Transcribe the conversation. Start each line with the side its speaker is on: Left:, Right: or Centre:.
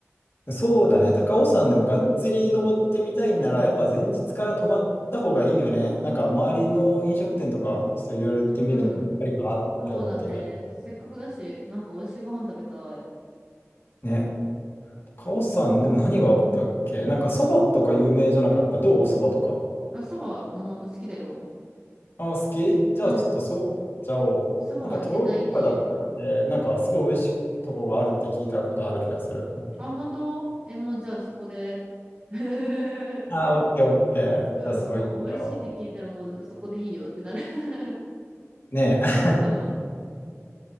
Left: そうだね。高尾山でもがっつり登ってみたいんなら、やっぱ前日から泊まった方がいいよね。なんか周りの飲食店とか、ちょっといろいろ行ってみるのもやっぱりかなって思ってて。
Right: う。うん、うん。そうだね。せっかくだし、なんか美味しいご飯食べたい。
Left: ね。カオスさん、でも何があったっけなんかそばとか有名じゃなかったどうそばとか。
Right: あ、そばも好きだよ。
Left: ああ、好きじゃあちょっとそば行っちゃおう。
Right: うん。そばは入れたいね。
Left: なんかとろろそばだったっけなんかすごい美味しいとこがあるって聞いたことある気がする。うん
Right: あ、本当え、もうじゃあそこで。<laughs>
Left: ああ、オッケーオッケー。じゃあそう行っちゃおう。
Right: うん、もう美味しいって聞いたらもうそこでいいよってなる <laughs>
Left: ね
Right: うん。